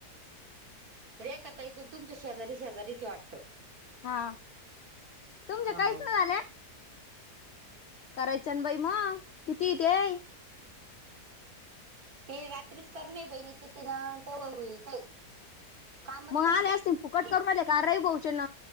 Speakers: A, on the right; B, on the left.
A: रेखाताईच अन तुमच शेजारी -शेजारीच वाटतं.
B: हा, तुमच
A: हाव
B: काहीच नाही झालं? करायचंन बाई मग, किती य ते?
A: ते रात्रीच कर नाही बहिणीचं तिनं, तेवढं होईल ते. कामात
B: म
A: कस
B: आणि
A: काय
B: असतील
A: होईल ते.
B: फुकट करून आलेत. रई भाऊचे अन,